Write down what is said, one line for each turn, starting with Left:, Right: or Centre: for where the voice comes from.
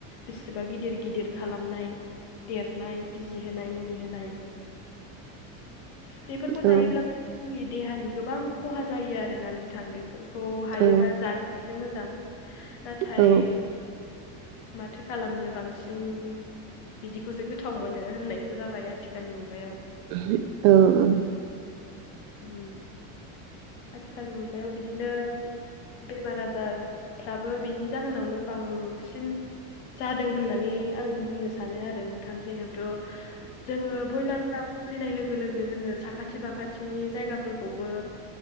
Left: बेसेबा गिदिर गिदिर खालामनाय देरनाय बिजि होनाय मुलि होनाय बेफोरखौ जायोब्लाानो
Right: औ
Left: जोंनि देहानि गोबां खहा जायो आरोना नोंथां बेफोर खौ हायोबा
Right: औ
Left: जा <inaudible> मोजां नाथाय
Right: औ
Left: माथो खालामनो बांसिन बिदिखौसो गोथाव मोनो होननायसो जाबाय आथिखालनि मुगायाव
Right: औ औ
Left: उम आथिखालनि मुगायाव बिदिनो बेमार आजार फ्राबो बिनि जाहोनावनो बांसिन जादों होननानै आं बुंनो सानो आरो नोंथां जिहेथु जोङो बयलार फार्म फुलिनाय लोगो लोगो जोङो साखाथि बाखा थिनि जायगाफोरखौबो